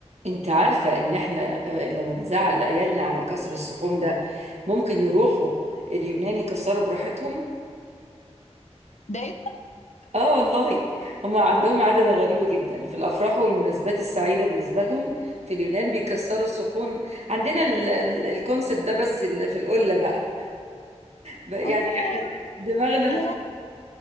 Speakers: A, on the right; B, on the left.
A: انت عارفة ان احنا آه، لما بنزعل عيالنا على كسر الصحون ده ممكن يروحوا اليونان يكسروا براحتهم
B: ده ايه ده؟
A: اه والله هم عندهم عادة غريبة جدا في الافراح والمناسبات السعيدة بالنسبة لهم في اليونان بيكسروا الصحون عندنا الكونسبت ده بس ال- في القلة بقى بقى
B: اه
A: يعني احنا دماغنا
B: يا لا